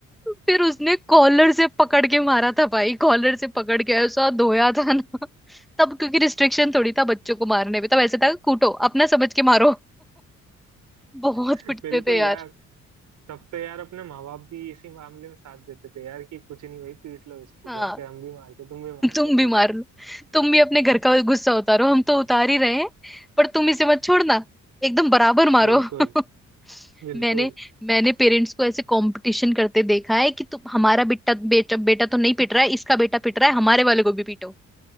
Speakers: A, in the centre; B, on the right (about 75°).
A: फिर उसने कॉलर से पकड़ के मारा था भाई कॉलर से पकड़ के ऐसा धोया था ना <laughs> तब क्योंकि रिस्ट्रिक्शन थोड़ी था बच्चों को मारने में तब ऐसे था कूटो अपना समझ के मारो <laughs> बहुत
B: <laughs>
A: पिटते
B: बिल्कुल
A: थे यार
B: यार तब तो यार अपने माँ बाप भी इसी मामले में साथ देते थे यार कि कुछ नहीं भाई पीट लो इसको
A: हाँ
B: घर पे हम भी मारते तुम भी मार
A: <laughs>
B: लो
A: तुम भी
B: दो
A: मार
B: चार
A: लो तुम भी अपने घर का गुस्सा उतारो हम तो उतार ही रहे हैं पर तुम इसे मत छोड़ना एकदम बराबर मारो
B: बिल्कुल
A: <laughs>
B: बिल्कुल
A: मैंने मैंने पेरेंट्स को ऐसे कंपटीशन करते देखा है कि तुम हमारा बेटा बेटा बेटा तो नहीं पिट रहा है इसका बेटा पिट रहा है हमारे वाले को भी पीटो